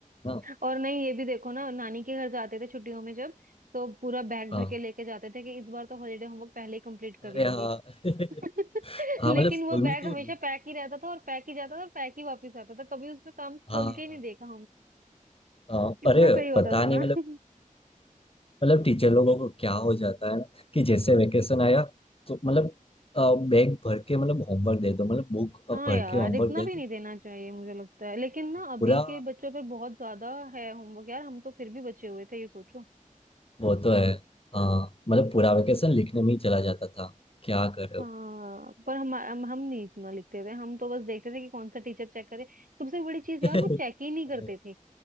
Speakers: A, on the left; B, on the right.
A: ना
B: और नहीं ये भी देखो ना नानी के घर जाते थे छुट्टियों में जब तो पूरा बैग
A: हाँ
B: भर के लेके जाते थे कि इस बार तो हॉलीडे होमवर्क पहले ही कंप्लीट कर
A: अरे
B: लेंगे
A: हाँ <laughs>
B: <laughs>
A: हाँ
B: लेकिन
A: मतलब स्कूल
B: वो बैग
A: में तो
B: हमेशा
A: ये-
B: पैक ही रहता था और पैक ही जाता था और पैक ही वापस आता था कभी उसमें काम खोल
A: हाँ
B: के ही नहीं देखा
A: हाँ
B: कितना
A: अरे
B: सही होता
A: पता
B: था
A: नहीं
B: ना
A: मतलब
B: <laughs>
A: मतलब टीचर लोगों को क्या हो जाता है ना कि जैसे वेकेशन आया तो मतलब बैग भर के मतलब होमवर्क दे दो मतलब बुक
B: हाँ
A: भर
B: यार
A: के होमवर्क
B: इतना
A: दे
B: भी
A: दो
B: नहीं देना चाहिए मुझे लगता है लेकिन ना अभी
A: पूरा
B: के बच्चों पर बहुत ज्यादा है होमवर्क यार हम तो फिर भी बचे हुए थे ये सोचो
A: वो तो है हाँ मतलब पूरा वेकेशन लिखने में ही चला जाता था क्या कर रहे
B: हाँ
A: हो
B: पर हम हम, हम नहीं इतना लिखते थे हम तो बस देखते थे कि कौन सा टीचर चेक करे सबसे बड़ी चीज
A: <laughs>
B: यार वो चेक ही नहीं
A: अरे
B: करते थे